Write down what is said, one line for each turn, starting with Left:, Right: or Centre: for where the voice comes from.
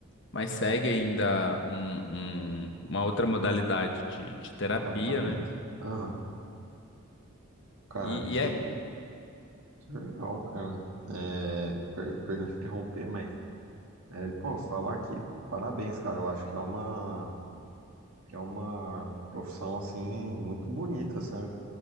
Left: Mas segue ainda um- um- uma outra modalidade de, de terapia,
Right: Tratamento.
Left: né?
Right: Aham. Cara,
Left: E,
Right: que,
Left: e é,
Right: que legal, cara. É, per- perdão interromper, mas É, pô, falar que parabéns, cara. Eu acho que é uma que é uma profissão assim muito bonita, sabe?